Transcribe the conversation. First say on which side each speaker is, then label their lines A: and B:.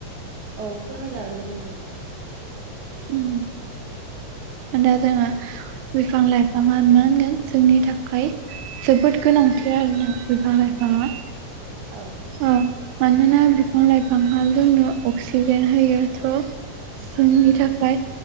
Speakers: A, on the right; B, on the right.
A: औ फोरमायजागोन दे नोंथां।
B: ओम। दा जोङो बिफां लाइफाङा मा होनगोन जोंनि थाखाय जोबोद गोनांथि
A: औ
B: आरोना बिफां लाइफाङा।
A: औ।
B: औ मानोना बिफां लाइफाङा जोंनो अक्सिजेन होयो थ' जोंनि थाखाय